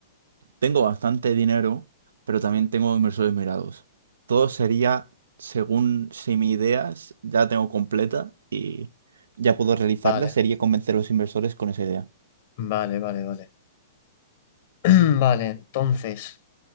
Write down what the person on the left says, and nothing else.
Vale,
vale, vale, vale. <clears throat> Vale, entonces,